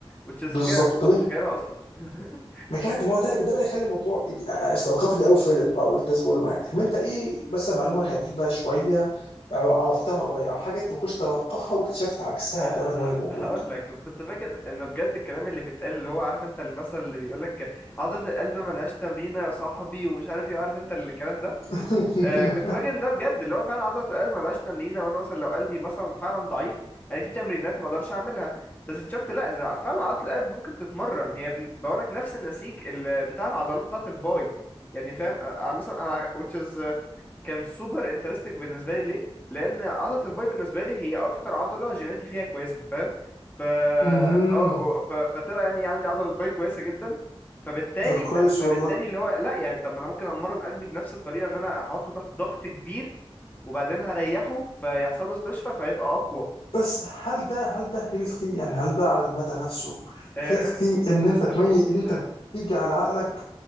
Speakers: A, on the left (about 20°); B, on the left (about 75°).
A: which
B: بالظبط
A: is حاجه انا ما كنتش
B: طب انت
A: متخيلها اصلا <laughs>
B: ما كان ما هو ده اللي ده اللي يخلي الموضوع استوقفني قوي في Reddit بقى قلت لازم اقول له حاجه طب انت ايه مثلا معلومه غريبه شويه عرفتها قريب او حاجه انت ما كنتش تتوقعها واكتشفت عكسها
A: أه
B: تماما
A: ه-
B: هو اللي موجود
A: هقول لك كنت فاكر ان بجد الكلام اللي بيتقال اللي هو عارف انت المثل اللي بيقول لك عضلة القلب ملهاش تمرين يا صاحبي ومش عارف ايه عارف انت الكلام ده
B: <laughs>
A: أه كنت فاكر ان ده بجد اللي هو فعلا عضلة القلب ملهاش تمرين وانا مثلا لو قلبي مثلا فعلا ضعيف انا في تمرينات ما اقدرش اعملها بس اكتشفت لا ان فعلا عضلة القلب ممكن تتمرن هي بقول لك نفس النسيج اللي بتاع العضلات بتاعة الباي يعني فاهم أه، أه، مثلا انا which is كان سوبر انترستنج بالنسبه لي ليه لان عضله الباي بالنسبه لي هي اكتر عضله جيناتي فيها كويسه فاهم ف اه
B: مهم.
A: ف... فتبقى يعني عندي عضله باي كويسه جدا فبالتالي
B: ده كويس
A: ف... فبالتالي
B: والله
A: اللي هو لا يعني طب ما انا ممكن امرن قلبي بنفس الطريقه ان انا احطه تحت ضغط كبير وبعدين هريحه فيحصل له استشفاء فيبقى اقوى
B: بس هل ده هل ده هيلثي يعني هل ده على المدى نفسه
A: آه...
B: هيلثي ان
A: لسه
B: انت تميز
A: بقول
B: ان انت تيجي على عقلك